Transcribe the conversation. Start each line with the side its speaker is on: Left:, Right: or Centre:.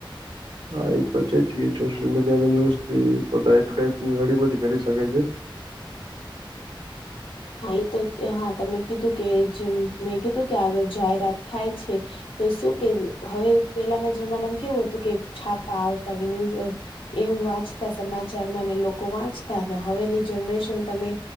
Right: હા, એ તો છે જ કે સોશિયલ મીડિયાની યુઝ પો એડવર્ટાઈઝમેન્ટ ઘણી બધી કરી શકે છે.
Left: હા એ તો હા તમે કીધું કે જેમ મેં કીધું કે આગળ જાહેરાત થાય છે તો શું કે હવે પેલાના જમાનામાં કેવું હતું કે છાપા આવતા કે ન્યૂઝ અહ એવું વાંચતા સમાચારમાં ને લોકો વાંચતા હવેની જનરેશન તમે